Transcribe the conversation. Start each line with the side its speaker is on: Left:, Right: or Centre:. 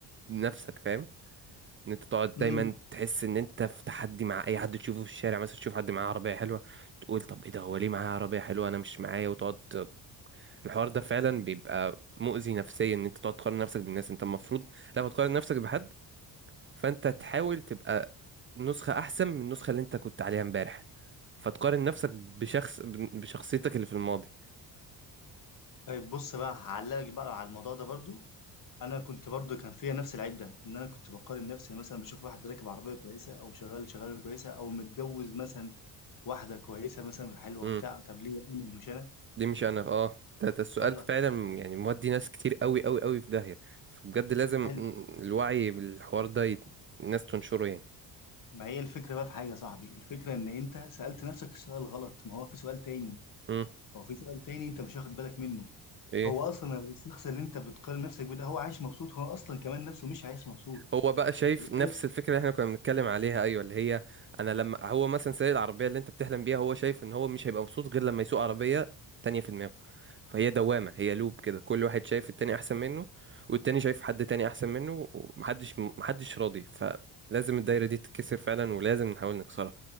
Right: بنفسك فاهم ان انت تقعد
Left: امم
Right: دايما تحس ان انت في تحدي مع اي حد تشوفه في الشارع مثلا تشوف حد معاه عربية حلوة تقول طب ايه ده هو ليه معاه عربية حلوة انا مش معايا وتقعد الحوار ده فعلا بيبقى مؤذي نفسيا ان انت تقعد تقارن نفسك بالناس انت المفروض لما تقارن نفسك بحد فانت تحاول تبقى نسخة احسن من النسخة اللي انت كنت عليها امبارح فتقارن نفسك بشخص بشخصيتك اللي في الماضي
Left: طيب بص بقى هعلقك بقى على الموضوع ده برضو انا كنت برضه كان فيا نفس العيب ده ان انا كنت بقارن نفسي مثلا بشوف واحد راكب عربيه كويسه او شغال شغاله كويسه او متجوز مثلا واحده كويسه مثلا حلوه
Right: امم
Left: بتاع طب ليه انا مش انا
Right: دي مش انا اه ده, ده السؤال
Left: اه
Right: فعلا يعني مودي ناس كتير قوي قوي قوي في داهية فبجد لازم
Left: حلو
Right: مم، الوعي بالحوار ده يت... الناس تنشره يعني
Left: ما هي الفكره بقى في حاجه يا صاحبي الفكره ان انت سالت نفسك السؤال غلط ما هو في سؤال تاني
Right: امم
Left: هو في سؤال تاني انت مش واخد بالك منه
Right: ايه
Left: هو اصلا الشخص اللي انت بتقارن نفسك بيه ده هو عايش مبسوط هو اصلا كمان نفسه مش عايش مبسوط
Right: هو بقى شايف
Left: خلي بالك
Right: نفس الفكره اللي احنا كنا بنتكلم عليها ايوه اللي هي انا لما هو مثلا سايق العربيه اللي انت بتحلم بيها هو شايف ان هو مش هيبقى مبسوط غير لما يسوق عربيه تانية في دماغه فهي دوامه هي لوب كده كل واحد شايف التاني احسن منه والتاني شايف حد تاني احسن منه ومحدش محدش راضي فلازم الدايره دي تتكسر فعلا ولازم نحاول نكسرها